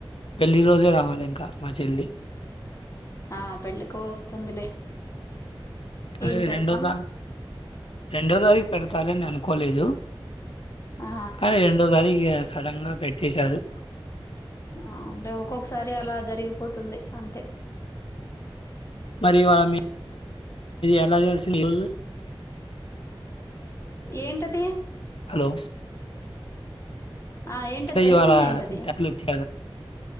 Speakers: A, on the left (about 75°); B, on the left (about 35°).
A: పెళ్ళి రోజే రావాలి ఇంకా మా చెల్లి
B: ఆ పెళ్ళికో వస్తుందిలే
A: అదే
B: ఏం చేస్తాం
A: రెండో ద రెండో తారీఖు పెడతారు అనుకోలేదు.
B: ఆ
A: కానీ రెండో తారికే సడన్ గా పెట్టేశారు.
B: అ అంటే ఒక్కొక్కసారి అలా జరిగిపోతుంది అంతే.
A: మరి వామి ఎలా తెలిసింది ఈరోజు
B: ఏంటది
A: హలో
B: ఆ ఏంటది
A: అంటే
B: తెలిసింద
A: ఇవాళ
B: ఏంటది
A: ట్యాబ్‌లు ఇచ్చారు.